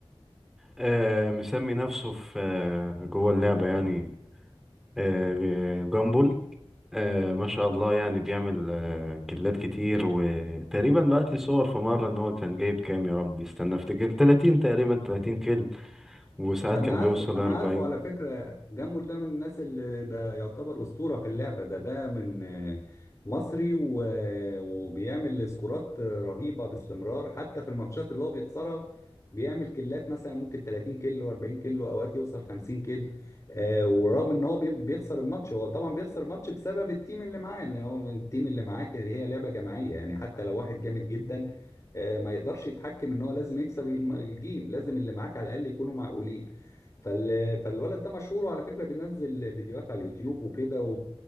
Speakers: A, in the centre; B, on the left.
A: آه مسمي نفسه في آه جوه اللعبة يعني آه جامبل آه ما شاء الله يعني بيعمل آه كيلات كتير وتقريبا بعت لي صور في مرة ان هو كان جايب كام يا رب استنى افتكر 30 تقريبا 30 كيل وساعات
B: انا
A: كان
B: عارفه
A: بيوصل
B: انا
A: 40
B: عارفه على فكره جامبول ده من الناس اللي ده يعتبر اسطوره في اللعبه ده ده من آه، مصري و... وبيعمل سكورات آه، رهيبه باستمرار حتى في الماتشات اللي هو بيخسرها بيعمل كيلات مثلا ممكن 30 كيلو 40 كيلو اوقات يوصل 50 كيلو آه ورغم ان هو بي- بيخسر الماتش هو طبعا بيخسر الماتش بسبب التيم اللي معاه ان هو التيم اللي معاه كان- هي لعبه جماعيه يعني حتى لو واحد جامد جدا آه، ما يقدرش يتحكم ان هو لازم يكسب الم- الجيم لازم اللي معاك على الاقل يكونوا معقولين فال... فالولد ده مشهور وعلى فكرة بينزل فيديوهات على اليوتيوب وكده